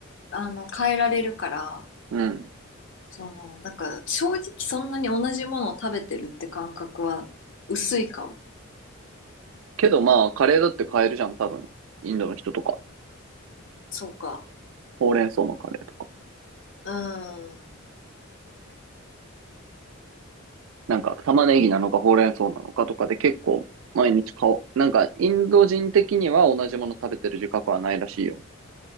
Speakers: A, on the left; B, on the right.
A: あの、変えられるから、
B: うん。
A: その、なんか、正直そんなに同じものを食べてるって感覚は薄いかも。
B: けどまあ、カレーだって買えるじゃん、多分。インドの人とか。
A: そうか。
B: ほうれん草のカレーとか。
A: うん。
B: なんか、玉ねぎなのかほうれん草なのかとかで結構、毎日買おう。なんか、インド人的には同じもの食べてる自覚はないらしいよ。